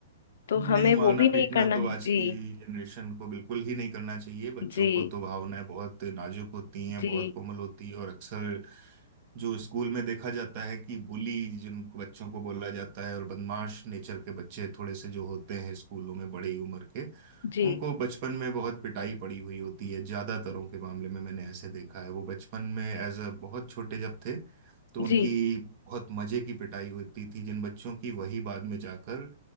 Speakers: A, on the left (about 65°); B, on the right (about 35°).
A: तो
B: नहीं
A: हमें
B: मारना
A: वो भी नहीं
B: पीटना
A: करना
B: तो
A: है।
B: आज
A: जी
B: की जनरेशन को बिल्कुल ही नहीं करना चाहिए बच्चों
A: जी
B: को तो भावनाएं बहुत नाजुक होती हैं
A: जी
B: बहुत कोमल होती है और अक्सर जो स्कूल में देखा जाता है कि बुली जिन बच्चों को बोला जाता है और बदमाश नेचर के बच्चे थोड़े से जो होते हैं स्कूलों में बड़ी उम्र के
A: जी
B: उनको बचपन में बहुत पिटाई पड़ी हुई होती है ज्यादातरों के मामले में मैंने ऐसे देखा है वो बचपन में एज अ बहुत छोटे जब थे तो उनकी
A: जी
B: बहुत मजे की पिटाई होती थी जिन बच्चों की वही बाद में जाकर